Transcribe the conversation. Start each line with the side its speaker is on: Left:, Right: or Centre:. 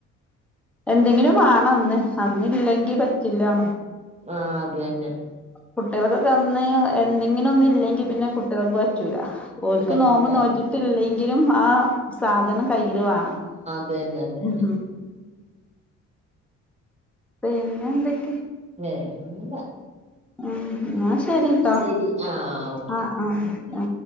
Centre: എന്തെങ്കിലും ആണ് അന്ന് അന്നില്ലെങ്കി പറ്റില്ലാണ്.
Right: ആഹഅത് തന്നെ.
Centre: കുട്ടികൾക്ക് തന്ന് എന്തെങ്കിലും ഒന്നും ഇല്ലെങ്കിൽ പിന്നെ കുട്ടികൾക്ക് പറ്റൂല. ഓൽക്ക്
Right: പറ്റൂലാന്ന്
Centre: നോമ്പോ നോറ്റിട്ടില്ലെങ്കിലും. ആ സാധനം കയ്യില് വേണം.
Right: അതന്നെ അതന്നെ.
Centre: ഉം പിന്നെ എന്തക്കയ
Right: വേറൊന്നുല്ല
Centre: എന്ന ശരിട്ടോ.
Right: ശരി ആഹ് ഓക്കെ
Centre: ആ ആ. ആ.